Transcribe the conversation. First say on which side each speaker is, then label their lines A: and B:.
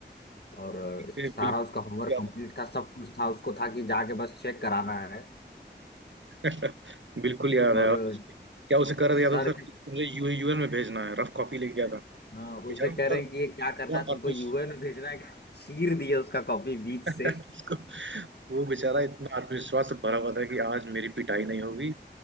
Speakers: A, on the left; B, on the right.
A: और अ,
B: ये
A: सारा
B: बिल्कुल
A: उसका होमवर्क
B: याद
A: कंप्लीट
B: है
A: था सब कुछ था उसको था कि जाके बस चेक कराना है
B: <laughs> बिल्कुल याद है
A: और
B: और
A: अ,
B: क्या उसे कर
A: सर
B: दिया था सर
A: के
B: मुझे यू यूएन में भेजना है रफ कॉपी लेके गया था
A: हाँ,
B: बेचारा
A: उसे कह
B: पूरा
A: रहे हैं
B: पूरा
A: कि ये क्या करना है तुमको
B: आत्मविश-
A: यूएन में भेजना है चीर दिया उसका कॉपी बीच
B: उसको
A: से
B: वो बेचारा इतना आत्मविश्वास से भरा हुआ था कि आज मेरी पिटाई नहीं होगी